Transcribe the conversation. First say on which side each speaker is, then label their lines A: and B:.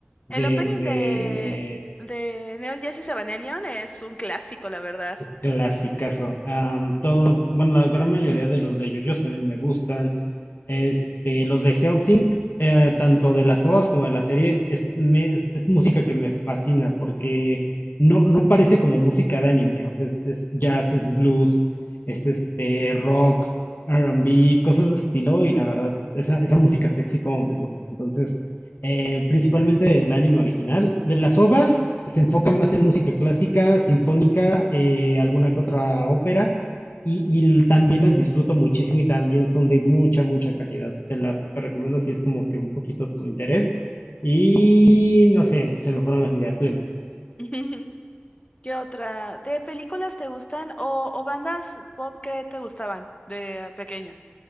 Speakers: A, on the left (about 60°); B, on the left (about 30°).
A: de,
B: El opening
A: de
B: de, de Neon Genesis Evangelion es un clásico, la verdad.
A: Clasicazo. Am, todo, bueno, la gran mayoría de los de JoJo's también me gustan. Este, los de Hellsing, eh, tanto de las ovas como de la serie, es, me- es- es música que me fascina porque no, no parece como música de anime. O sea, es, es jazz, es blues, es este rock, R&B, cosas de estilo y la verdad, esa, esa música sexy como me gusta. Entonces, eh, principalmente del anime original. De las ovas se enfocan más en música clásica, sinfónica, eh, alguna que otra ópera, y, y también las disfruto muchísimo y también son de mucha, mucha calidad. Te las super recomiendo si es como que un poquito tu interés. Y no sé, se me fueron las ideas, tú dime.
B: <laughs> ¿Qué otra? ¿De películas te gustan o, o bandas pop que te gustaban de pequeño?